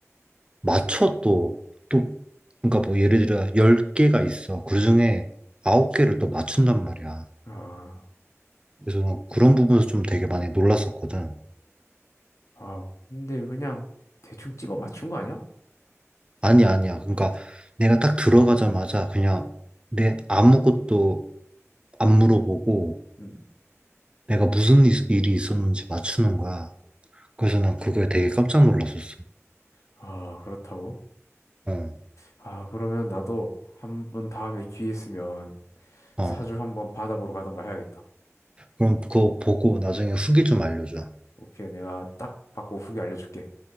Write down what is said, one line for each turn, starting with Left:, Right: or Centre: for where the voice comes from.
Right: 맞춰 또, 또, 그러니까 뭐 예를 들어 10개가 있어. 그 중에 9개를 또 맞춘단 말이야.
Left: 아,
Right: 그래서 난 그런 부분에서 좀 되게 많이 놀랐었거든.
Left: 아, 근데 그냥 대충 집어 맞춘 거 아니야?
Right: 아니, 야 아니야. 그러니까 내가 딱 들어가자마자 그냥 내 아무것도 안 물어보고
Left: 음.
Right: 내가 무슨 일- 일이 있었는지 맞추는 거야. 그래서 난 그거에 되게 깜짝 놀랐었어.
Left: 아, 그렇다고?
Right: 어,
Left: 아, 그러면 나도 한번 다음에 기회 있으면
Right: 어.
Left: 사주 한번 받아보러 가던가 해야겠다.
Right: 그럼 그거 보고 나중에 후기 좀 알려줘.
Left: 오케이, 내가 딱 받고 후기 알려줄게.